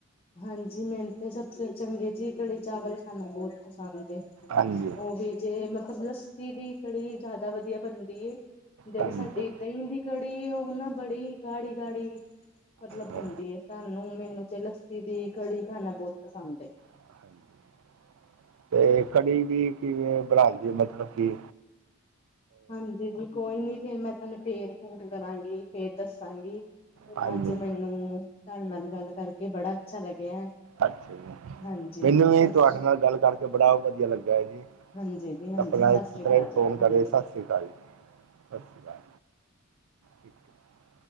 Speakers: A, on the left; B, on the right.
A: ਹਾਂਜੀ ਮੈਨੂੰ ਤਾਂ ਸਭ ਤੋਂ ਚੰਗੇ ਜੀ ਕੜੀ ਚਾਵਲ ਮੈਨੂੰ ਬਹੁਤ ਪਸੰਦ
B: ਹਾਂ ਜੀ
A: ਉਹ ਵੀ ਜੇ ਮਤਲੱਬ ਲੱਸੀ ਦੀ ਕੜੀ ਜ਼ਿਆਦਾ ਵਧੀਆ ਬਣਦੀ ਜਿਹੜੀ
B: ਹਾਂ
A: ਸਾਡੀ
B: ਜੀ
A: ਦਹੀਂ ਦੀ ਕੜੀ ਉਹ ਨਾ ਬੜੀ ਗਾੜੀ ਗਾੜੀ ਮਤਲੱਬ
B: ਹਾਂ
A: ਬਣਦੀ ਸਾਨੂੰ ਮੈਨੂੰ ਤੇ ਲੱਸੀ ਦੀ ਕੜੀ ਖਾਣਾ ਬਹੁਤ ਪਸੰਦ ਹੈ
B: ਹਾਂ ਜੀ ਤੇ ਕੜੀ ਵੀ ਕਿਵੇਂ ਬਣਾ ਲਈਏ ਮਤਲੱਬ ਕੀ
A: ਹਾਂਜੀ ਜੀ ਕੋਈ ਨੀ ਫਿਰ ਮੈਂ ਤੁਹਾਨੂੰ ਫਿਰ ਫੋਨ ਕਰਾਂਗੀ ਫਿਰ ਦੱਸਾਂਗੀ
B: ਹਾਂ
A: ਅੱਜ
B: ਜੀ
A: ਮੈਨੂੰ ਤੁਹਾਡੇ ਨਾਲ ਗੱਲ ਕਰਕੇ ਬੜਾ ਅੱਛਾ ਲੱਗਿਆ
B: ਅੱਛਾ ਜੀ
A: ਹਾਂਜੀ
B: ਮੈਨੂੰ
A: ਜੀ
B: ਵੀ
A: ਸਤਿ
B: ਤੁਹਾਡੇ ਨਾਲ ਗੱਲ ਕਰਕੇ ਬੜਾ ਵਧੀਆ ਲੱਗਾ ਹੈ ਜੀ
A: ਹਾਂਜੀ ਜੀ ਹਾਂਜੀ
B: ਆਪਣਾ
A: ਸਤਿ
B: ਇਸੇ
A: ਸ੍ਰੀ
B: ਤਰ੍ਹਾਂ
A: ਅਕਾਲ
B: ਫੋਨ
A: ਹਾਂਜੀ।
B: ਕਰਦੇ ਸਤਿ ਸ਼੍ਰੀ ਅਕਾਲ ਜੀ ਸਤਿ ਸ਼੍ਰੀ ਅਕਾਲ ਠੀਕ <unintelligible>